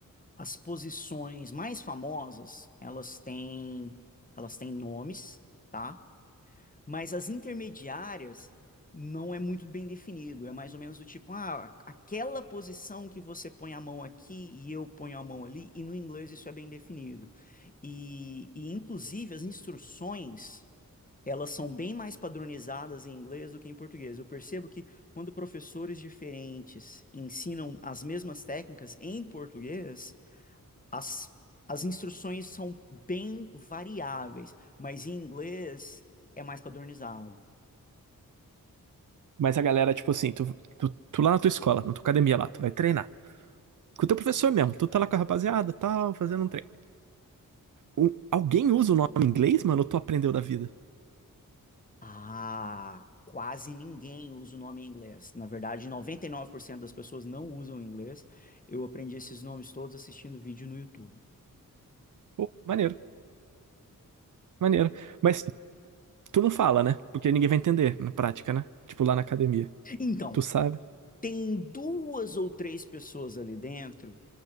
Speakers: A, on the left; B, on the right.
A: as posições mais famosas, elas têm, elas têm nomes, tá? Mas as intermediárias não é muito bem definido. É mais ou menos do tipo, ah, aquela posição que você põe a mão aqui e eu ponho a mão ali, e no inglês isso é bem definido. E, e inclusive, as instruções elas são bem mais padronizadas em inglês do que em português. Eu percebo que quando professores diferentes ensinam as mesmas técnicas em português, as, as instruções são bem variáveis, mas em inglês é mais padronizado.
B: Mas a galera, tipo assim, tu, tu, tu lá na tua escola, na tua academia lá, tu vai treinar. Com o teu professor mesmo, tu tá lá com a rapaziada, e tal, fazendo um treino. O- alguém usa o nome em inglês, mano, ou tu aprendeu da vida?
A: Ah, quase ninguém usa o nome em inglês. Na verdade, 99% das pessoas não usam inglês. Eu aprendi esses nomes todos assistindo vídeo no YouTube.
B: Pô, maneiro, maneiro. Mas tu não fala, né? Porque ninguém vai entender na prática, né? Tipo lá na academia.
A: Então,
B: Tu sabe?
A: tem duas ou três pessoas ali dentro,